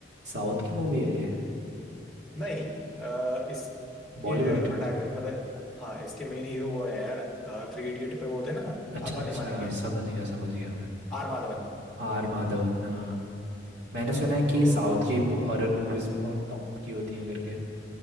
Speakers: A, on the right (about 70°); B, in the centre.
A: साउथ की मूवी है ये
B: नहीं अ, इसके
A: बॉलीवुड
B: प्रोटैगनि मतलब हाँ इसके मेन हीरो वो है यार थ्री इडियट पे वो थे ना
A: अच्छा
B: अपन
A: अच्छा
B: नहीं मानेंगे
A: समझ गया समझ गया मैं
B: आर माधवन
A: आर माधवन हाँ मैंने
B: अ,
A: सुना है कि
B: तो
A: साउथ की हॉरर मूवीज बहुत टॉप की होती हैं करके